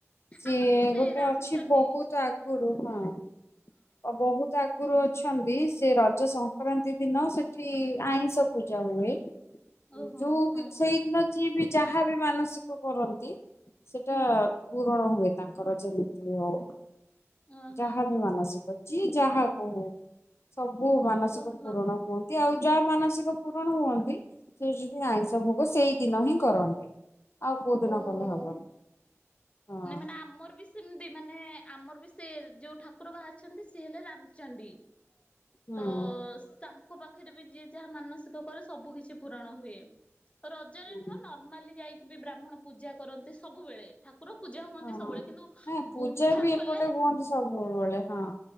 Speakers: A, on the left; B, on the left.
A: ସିଏ
B: ଆମର ବି ସେଇ
A: ଗୋଟେ
B: ରାମଚଣ୍ଡୀ
A: ଅଛି ବହୁତ୍ ଆଗ ଆଗୁରୁ ହଁ। ବହୁତ୍ ଆଗରୁ ଅଛନ୍ ନ୍ତି। ସେ ରଜ ସଂକ୍ରାନ୍ତି ଦିନ ସେଠି ଆଇଁଷ ପୂଜା ହୁଏ।
B: ଓହୋ
A: ଯୋଉ
B: ହଁ
A: ଦି ସେଇଦିନ ଯିଏ ବି ଯାହା ବି ମାନସିକ କରନ୍ତି ସେଟା
B: ହୁଁ
A: ପୂରଣ ହୁଏ ତାଙ୍କର ଯେମିତି ବି ହଉ।
B: ଓହୋ
A: ଯାହା ବି ମାନସିକ, ଯିଏ ଯାହା କହୁ। ସବୁ ମାନସିକ
B: ଓହୋ।
A: ପୂରଣ ହୁଅନ୍ତି। ଆଉ ଯାହା ମାନସିକ ପୂରଣ ହୁଅନ୍ତି, ସେ ସେଠି ଆ ଭୋଗ ସେଇ ଦିନ ହିଁ କରନ୍ତି। ଆଉ କୋଉ ଦିନ
B: ଓହୋ।
A: କଲେ ହବନି ହଁ
B: ନ ମାନେ ଆମର ବି ସେମିତି ମାନେ ଆମର ବି ସେ ଯୋଉ ଠାକୁର ବାହାରିଛନ୍ତି ସିଏ ହେଲେ ରାମ ଚଣ୍ଡି
A: ହୁଁ
B: ତ ତାଙ୍କ ପାଖ ହେଟ୍ଟା ବି ଯିଏ ଯାହା ମାନସିକ କରେ ସବୁ କିିଛି ପୂରଣ ହୁଏ ରଜରେ
A: ହୁଁ
B: ନୁହଁ ନର୍ମାଲି ଯାଇକି ବି ବ୍ରାହ୍ମଣ ପୂଜା କରନ୍ତି ସବୁବେଳେ ଠାକୁର ପୂଜା ହୁଅନ୍ତି
A: ହଁ
B: ସବୁବେଳେ କିନ୍ତୁ
A: ନାଇଁ ପୂଜା
B: ଗୁମ୍ଫା
A: ବି
B: ଖୋଲେ
A: ଏପଟେ ହୁଅନ୍ତି ସବୁବେଳେ ହଁ।